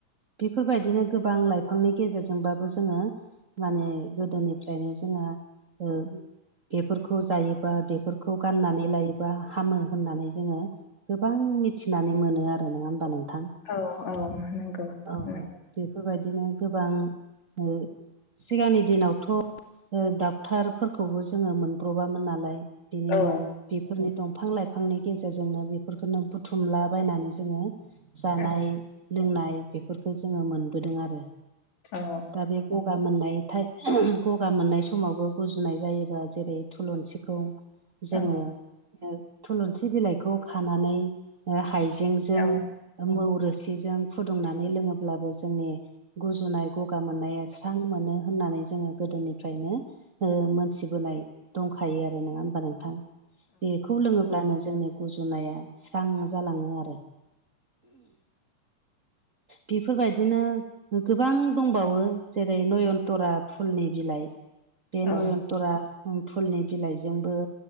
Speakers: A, on the right; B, on the left.
A: बेफोरबायदिनो गोबां लाइफांनि गेजेरजोंबाबो जोङो माने गोदोनिफ्रायनो जोंहा ओ बेफोरखौ जायोबा बेफोरखौ गाननानै लायोबा हामो होननानै जोङो गोबां मिथिनानै मोनो आरो नङा होमबा नोंथां।
B: औ औ नंगौ उम।
A: औ बेफोरबायदिनो गोबां ओ सिगांनि दिनावथ' डाक्टरफोरखौबो जोङो मोनब्र'बामोन नालाय। बिनि
B: औ
A: बेफोरनि दंफां लाइफांनि गेजेरजोंनो बेफोरखौनो बुथुमलाबायनानै जोङो जानाय
B: औ
A: लोंनाय बेफोरखौ जोङो मोनबोदों आरो
B: औ
A: दा बे गगा मोननाय गगा मोननाय समावबो गुजुनाय जायोबा जेरै थुलुंसिखौ जोङो
B: औ
A: थुलुंसि बिलाइखौ खानानै हाइजेंजों
B: औ
A: मौ रोसिजों फुदुंनानै लोङोब्लाबो जोंनि गुजुनाय गगा मोननाया <unintelligible> मोनो होननानै जोङो गोदोनिफ्रायनो ओ मोनथिबोनाय। दंखायो आरो नङा होमबा नोंथां बेखौ लोङोब्लानो जोंनि गुजुनाया स्रां जालाङो आरो। बेफोरबायदिनो गोबां दंबावो जेरै नयनतरा फुलनि बिलाइ बे
B: औ
A: नयन दरा फुलनि बिलाइजोंबो